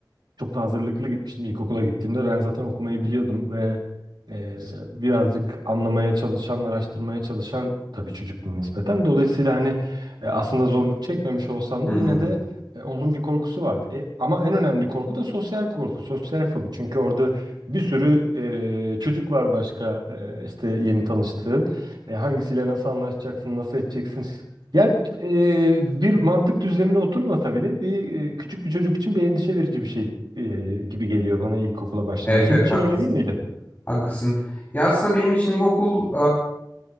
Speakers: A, on the right; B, on the left.
A: çok da hazırlıklı gitmiştim ilkokula gittiğimde. Ben zaten okumayı biliyordum ve e, birazcık anlamaya çalışan, araştırmaya çalışan tabii çocuktum nispeten. Dolayısıyla hani e, aslında zorluk çekmemiş olsam
B: Hmm.
A: da yine de e, onun bir korkusu vardı. E, ama en önemli korku da sosyal korku, sosyal fobi. Çünkü orada bir sürü e, çocuk var başka e, işte yeni tanıştığın. E, hangisiyle nasıl anlaşacaksın, nasıl edeceksin? Ya e, bir mantık düzlemine oturmasa bile bir e, küçük bir çocuk için bir endişe verici bir şey e, gibi geliyor bana ilkokula başlamak.
B: Evet
A: Senin
B: evet
A: için
B: hak-
A: öyle değil miydi?
B: haklısın. Ya aslında benim için ilkokul